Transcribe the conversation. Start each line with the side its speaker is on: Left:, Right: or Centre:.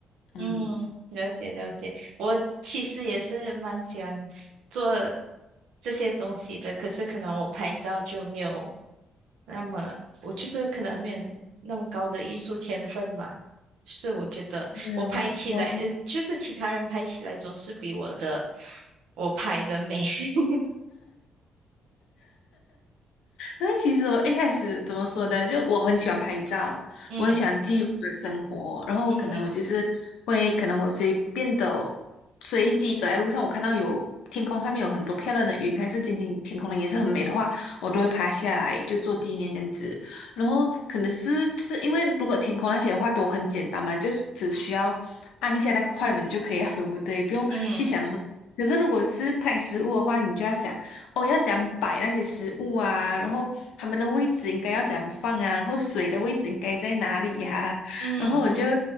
Left: 嗯，
Right: 嗯，了解了解。我其实也是蛮喜欢做这些东西的，可是可能我拍照就没有那么，我就是可能没有那么高的艺术天分吧。是我觉得我拍起来，
Left: 没呀，哇，
Right: 呃，就是其他人拍起来总是比我的我拍的美。<laughs>
Left: 因为其实我一开始怎么说呢，就我很喜欢拍照，
Right: 嗯
Left: 我很喜欢记录我的生活，然后可能我就是会，
Right: 嗯
Left: 可能我随便的随机走在路上，我看到有天空上面有很多漂亮的云，还是今天天空的颜色很美的话，我都会拍下来就做纪念这样子。然后可能是是因为如果天空那些的话都很简单嘛，就是只需要按一下那个快门就可以了，对不对？不用去想那么。
Right: 嗯
Left: 可是如果是拍食物的话，你就要想。哦，要怎样摆那些食物啊，然后他们的位置应该要怎样放啊，然后水的位置应该在哪里呀、<laughs>
Right: 嗯嗯嗯，
Left: 然后我就